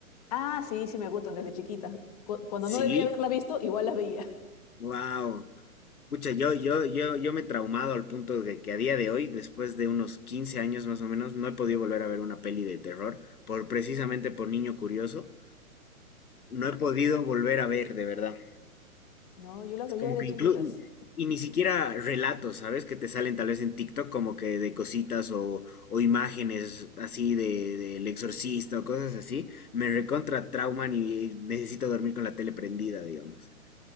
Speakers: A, on the left; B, on the left.
A: Ah, sí, sí me gustan desde chiquita. Cu- Cuando no
B: Sí.
A: debía haberla visto, igual las veía. <laughs>
B: Wow. Pucha, yo, yo, yo, yo me he traumado al punto de que a día de hoy, después de unos 15 años más o menos, no he podido volver a ver una peli de terror, por precisamente por niño curioso. No he podido volver a ver, de verdad.
A: No, yo las
B: Es
A: veía
B: como
A: desde
B: que
A: chiquitas.
B: incluso, y ni siquiera relatos, ¿sabes? Que te salen tal vez en TikTok como que de cositas o, o imágenes así de, del exorcista o cosas así. Me recontra trauman y necesito dormir con la tele prendida, digamos.